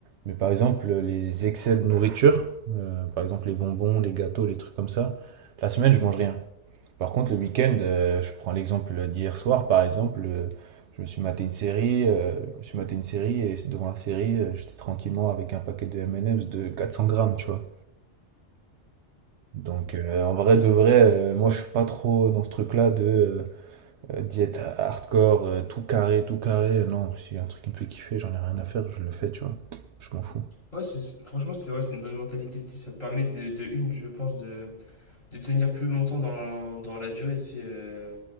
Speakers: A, on the right (about 75°); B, on the left (about 40°).
A: Mais par exemple, les excès de nourriture, euh, par exemple les bonbons, les gâteaux, les trucs comme ça, la semaine, je mange rien. Par contre, le week-end, euh, je prends l'exemple d'hier soir, par exemple, euh, je me suis maté une série, euh, je me suis maté une série et devant la série, euh, j'étais tranquillement avec un paquet de M&M's de 400 grammes, tu vois. Donc euh, en vrai de vrai, euh, moi je suis pas trop dans ce truc-là de euh, diète hardcore, euh, tout carré, tout carré. Non, si y a un truc qui me fait kiffer, j'en ai rien à faire, je le fais, tu vois. Je m'en fous.
B: Ouais, c'est, franchement, c'est ouais, c'est une bonne mentalité. tu sais, ça te permet de, de une, je pense, de, de tenir plus longtemps dans, dans la durée, c'est euh,